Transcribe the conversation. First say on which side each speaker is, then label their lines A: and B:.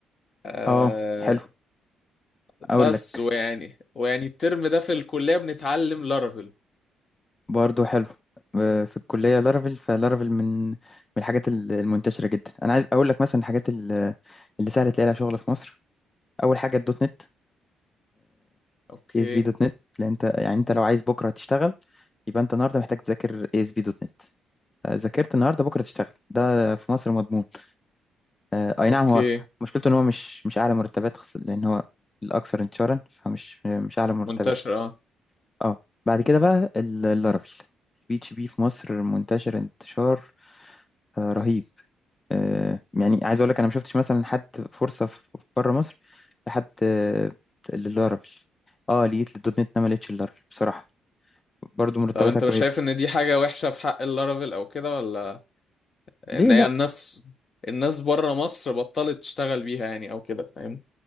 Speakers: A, on the left; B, on the left.
A: أه
B: اه حلو
A: بس
B: اقول لك
A: ويعني ويعني الترم ده في الكليه بنتعلم لارافيل
B: برضه حلو آه، في الكلية لارافيل فلارافيل من من الحاجات ال- المنتشرة جدا أنا عايز أقول لك مثلا الحاجات ال- اللي سهل تلاقي لها شغل في مصر أول حاجة الدوت نت
A: اوكي
B: اي اس بي دوت نت لأن أنت يعني أنت لو عايز بكرة تشتغل يبقى أنت النهاردة محتاج تذاكر اي اس بي دوت نت آه، ذاكرت النهاردة بكرة تشتغل ده في مصر مضمون آه، أي
A: اوكي
B: نعم هو مشكلته إن هو مش مش أعلى مرتبات خص- لأن هو الأكثر انتشارا فمش مش أعلى مرتبات
A: منتشر اه
B: اه بعد كده بقى ال- اللارافيل البي اتش بي في مصر منتشر انتشار آه، رهيب آه، يعني عايز اقول لك انا ما شفتش مثلا حد فرصه في بره مصر لحد آه، للارافيل اه لقيت للدوت نت ما لقيتش اللارافيل بصراحه برضو مرتباتها
A: طب انت
B: كويسه
A: مش شايف ان دي حاجة وحشة في حق اللارافيل او كده ولا ان
B: ليه
A: هي
B: لا
A: الناس الناس بره مصر بطلت تشتغل بيها يعني او كده فاهم